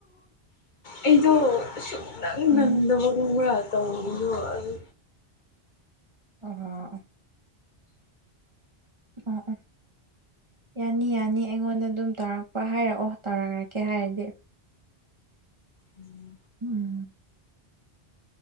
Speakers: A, on the left; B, on the right.
A: ꯑꯩꯗꯣ ꯑꯁꯨꯛ ꯅꯪ
B: ꯎꯝ
A: ꯅꯪꯗꯕꯒꯨꯝꯕ꯭ꯔꯥ ꯇꯧꯔꯤꯗꯣ ꯑꯗꯨ
B: ꯑꯣ ꯑꯣ ꯑ ꯌꯥꯅꯤ ꯌꯥꯅꯤ ꯑꯩꯉꯣꯟꯗ ꯑꯗꯨꯝ ꯇꯧꯔꯛꯄ ꯍꯥꯏꯔꯛꯑꯣ ꯇꯧꯔꯛꯔꯀꯦ ꯍꯥꯏꯔꯗꯤ
A: ꯎꯝ
B: ꯎꯝ